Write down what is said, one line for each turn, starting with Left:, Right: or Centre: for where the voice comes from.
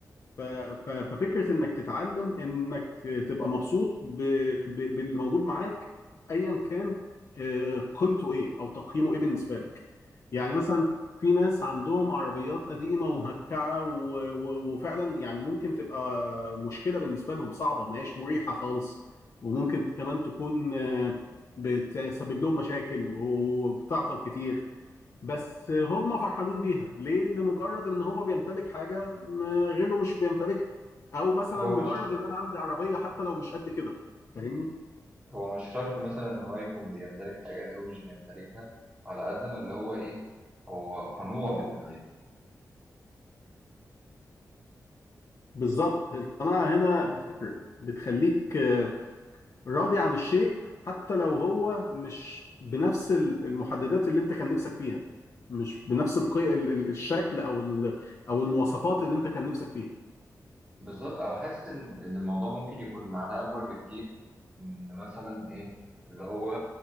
Left: ف- ف- ففكرة انك تتعلم انك تبقى مبسوط ب- ب- باللي موجود معاك ايا كان آه، قيمته ايه او تقييمه ايه بالنسبة لك يعني مثلا في ناس عندهم عربيات قديمة ومهكعة و- و- وفعلا يعني ممكن تبقى مشكلة بالنسبة لهم صعبة ما هياش مريحة خالص وممكن كمان تكون آه، بتسبب لهم مشاكل وبتعطل كتير بس هم فرحانين بيها ليه لمجرد ان هو بيمتلك حاجه م- غيره مش بيمتلكها او مثلا
Right: هو
Left: مجرد
Right: مش
Left: ان انا عندي عربيه حتى لو مش قد كده فاهمني
Right: هو مش شرط مثلا ان هو يكون بيمتلك حاجات غيره مش بيمتلكها على قد ما اللي هو ايه هو قنوع باللي معاه
Left: بالظبط القناعه هنا بتفرق بتخليك آه، راضي عن الشيء حتى لو هو مش بنفس ال- المحددات اللي انت كان نفسك فيها مش بنفس القي... ال- ال- الشكل او ال... او المواصفات اللي انت كان نفسك فيها
Right: بالظبط او حاسس ان إن الموضوع ممكن يكون معناه اكبر بكتير ان مثلا ايه اللي هو